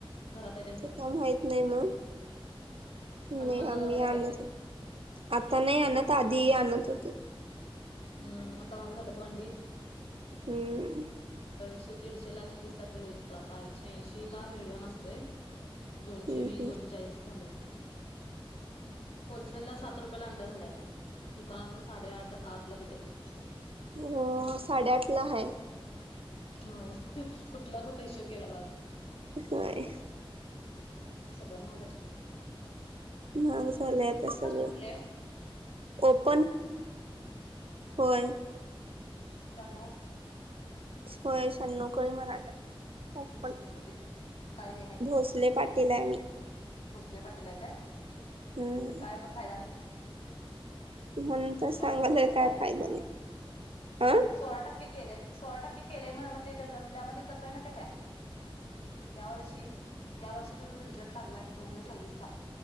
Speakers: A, on the left; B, on the right.
A: घरात आहे त्यांचं
B: ते काम माहित नाही मग. नाही
A: हनुमाननगरमध्ये
B: आम्ही
A: आहेत
B: आण
A: ते
B: आता नाही आधी आणत आधी आणत होते.
A: हम्म आता महाग झालं त ओ अंडी.
B: हम्म.
A: शे दीडशे ला एकशे तीसला ट्रेड होतो आता एकशे ऐशी ला मिडियम असतोय. दोनशे
B: हम्म
A: वीस
B: हम्म
A: दोनशेचाळीस असं झालंय. होलसेल ला सात रुपयाला अंडा झालाय आता दुकानात साडेआठ. आठला देतात.
B: हो साडेआठ ला आहे.
A: म कुठला कुठ हिशोब केला बघा कि.
B: होय.
A: सगळं महाग हाय.
B: महाग झालंय आता सगळं.
A: कुठली आहे
B: ओपन होय.
A: शहानऊ
B: होय शहानउण कुळी मराठा. ओपन
A: सिस्की मग ते काय हे नाही
B: भोसले पाटील हाय मी
A: भोसले पाटील हाय
B: हम्म
A: काय मग फायदा नाही.
B: म्हणून तर सांगायला
A: जॉब वगैरे काय नाही
B: फायदा
A: तुम्हाला
B: हा
A: सोळा टक्के केलेय. सोळा टक्के केलेय म्ह मग ते त्यामध्ये कसं आहे माहित हे काय या वर्षी या वर्षीचा जो रिझल्ट लागलाय दोन हजार सव्वीसचा.